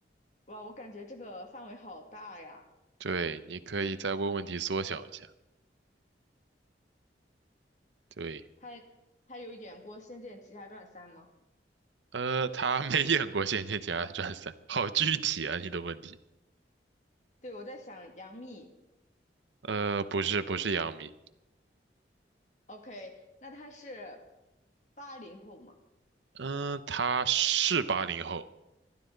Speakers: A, on the left (about 40°); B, on the right (about 80°).
A: 哇，我感觉这个范围好大呀。
B: 对，你可以再问问题缩小一下，对。
A: 他他有演过《仙剑奇侠传三》吗？
B: 呃，他没演过《仙剑奇侠传三》，好具体啊，你的问题。
A: 对，我在想杨幂
B: 呃，不是，不是杨幂，
A: ，OK，那他是八零后嘛？
B: 嗯、他是八零后，